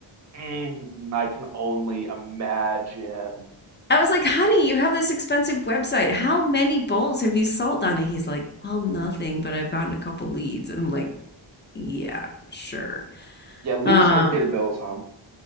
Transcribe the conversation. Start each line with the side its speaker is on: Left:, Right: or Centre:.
Right: Mm, I can only imagine.
Left: out. I was like, honey, you have this expensive website. How many bowls have you sold on it? He's like, well, nothing, but I've gotten a couple leads. And I'm like, yeah, sure.
Right: Yeah, leads
Left: Um,
Right: don't pay the bills, hon.